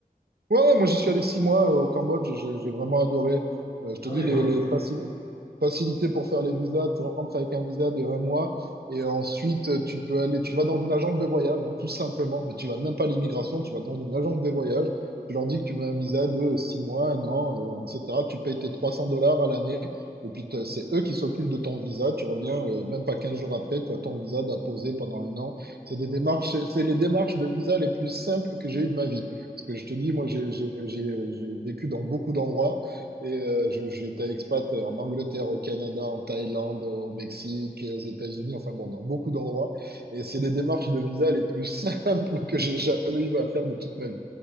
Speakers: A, on the right; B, on the left.
A: Ouais, ouais, moi j'y suis allé six mois euh, au Cambodge, j'ai j'ai vraiment adoré. Euh, je te
B: Ah
A: dis,
B: oui,
A: les,
B: quoi.
A: les
B: Ok.
A: facili- facilités pour faire les visas, tu rentres avec un visa de un mois et ensuite euh, tu peux aller, tu vas dans une agence de voyage, hein, tout simplement, mais tu vas même pas à l'immigration, tu vas dans une agence de voyage, tu leur dis que tu veux un visa de six mois, un an, euh, etc. Tu payes tes 300 dollars à l'année et puis t'as- c'est eux qui s'occupent de ton visa, tu reviens euh, même pas 15 jours après, tu as ton visa d'apposer pendant un an. C'est des démarches, c'est les démarches de visa les plus simples que j'ai eues de ma vie. Parce que je te dis, moi, j'ai j'ai- j'ai- j'ai vécu dans beaucoup d'endroits. Et euh, je- j'étais expat en Angleterre, au Canada, en Thaïlande, au Mexique, aux États-Unis, enfin bon, dans beaucoup d'endroits. Et c'est les démarches de visa les plus <laughs> simples que j'ai jamais eu à faire de toute ma vie.